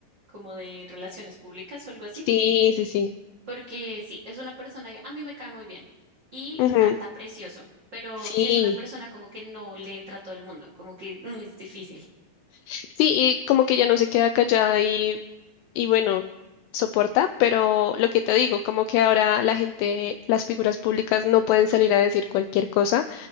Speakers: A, on the right; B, on the left.
A: como de relaciones públicas o algo así.
B: Sí, sí, sí.
A: Porque sí, es una persona que a mí me cae muy bien y
B: Ujú.
A: canta precioso, pero
B: Sí.
A: sí es una persona como que no le entra a todo el mundo, como que mm, es difícil.
B: Sí, y como que ya no se queda callada y, y bueno, soporta, pero lo que te digo, como que ahora la gente, las figuras públicas no pueden salir a decir cualquier cosa,